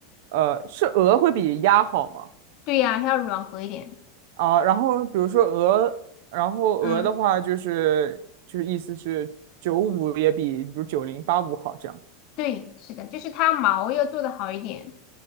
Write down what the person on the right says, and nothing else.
呃，是鹅会比鸭好吗？
啊，然后比如说鹅，然后鹅的话就是就是意思是九五也比比如九零八五好这样。